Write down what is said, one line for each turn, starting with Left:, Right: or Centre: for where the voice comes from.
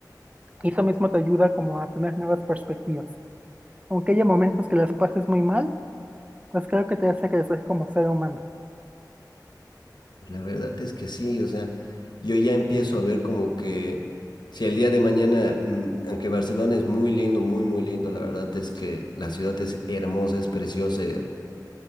Right: Y eso mismo te ayuda como a tener nuevas perspectivas. Aunque haya momentos que las pases muy mal, pues creo que te hace crecer como ser humano.
Left: La verdad es que sí, o sea, yo ya empiezo a ver como que si el día de mañana, mm, aunque Barcelona es muy lindo, muy, muy lindo, la verdad es que la ciudad es hermosa, es preciosa. y